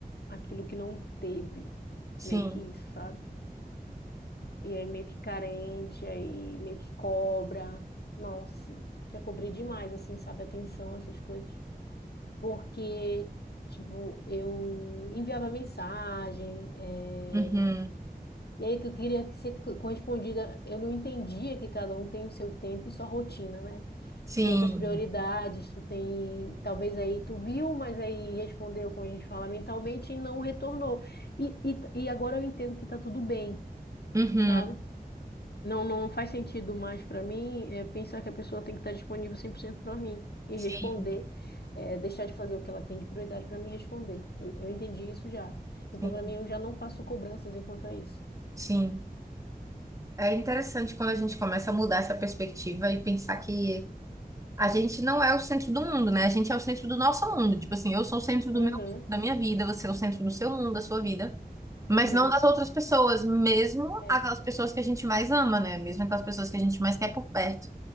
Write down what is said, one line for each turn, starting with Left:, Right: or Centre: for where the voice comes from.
Left: Aquilo que não teve.
Right: sim,
Left: Meio que isso, sabe? E aí meio que carente, aí meio que cobra. Nossa, já cobrei demais, assim, sabe? Atenção, essas coisas. porque, tipo, eu enviava mensagem, eh,
Right: uhum,
Left: e aí que eu queria que ser co- correspondida, eu não entendia que cada um tem o seu tempo e sua rotina, né?
Right: sim,
Left: Tu tem tuas prioridades, tu tem, talvez aí tu viu, mas aí respondeu, como a gente fala, mentalmente e não retornou. E, e, e agora eu entendo que tá tudo bem,
Right: uhum,
Left: sabe? Não, não faz sentido mais para mim é, pensar que a pessoa tem que estar disponível 100% para mim e
Right: sim,
Left: responder, é, deixar de fazer o que ela tem de prioridade para me responder. Eu, eu entendi isso já. Então,
Right: sim,
Left: para mim, eu já não faço cobranças enquanto a isso.
Right: sim. É interessante quando a gente começa a mudar essa perspectiva e pensar que a gente não é o centro do mundo, né? A gente é o centro do nosso mundo. Tipo assim, eu sou o centro do
Left: Uhum,
Right: meu, da minha vida, você é o centro do seu mundo, da sua vida, mas
Left: uhum,
Right: não das outras pessoas, mesmo
Left: é
Right: aquelas pessoas que a gente mais ama, né? Mesmo aquelas pessoas que a gente mais quer por perto.